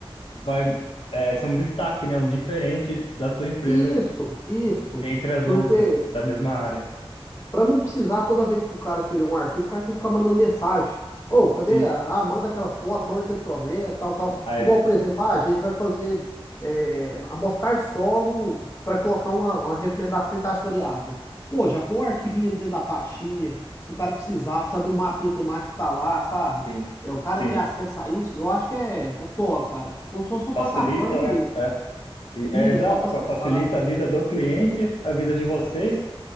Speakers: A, on the left (about 65°); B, on the left (about 30°).
A: vai é, ser um destaque, né? Um diferente da sua empresa
B: isso, isso,
A: entre as
B: porque...
A: outras da mesma área.
B: Pra não precisar toda vez que o cara querer um arquivo, o cara tem que ficar mandando mensagem. Ô, cadê
A: Sim,
B: a... Ah, manda aquela foto, manda aquele projeto, tal, tal.
A: Aí,
B: Igual, por exemplo, ah, a gente vai fazer é, amostrar solo para colocar uma, uma recomendação em taxa variável. Pô, já põe o arquivinho ali dentro da pastinha. Se o cara precisar, precisar de um mapinha temático, tá lá, sabe?
A: sim,
B: É, o cara
A: sim.
B: ter acesso a isso, eu acho que é, é top, cara. Como se fosse uma
A: Facilita,
B: plataforma
A: né?
B: mesmo.
A: É, E-
B: Isso,
A: é exato,
B: pra facilitar.
A: fa- facilita a vida do cliente, a vida de vocês,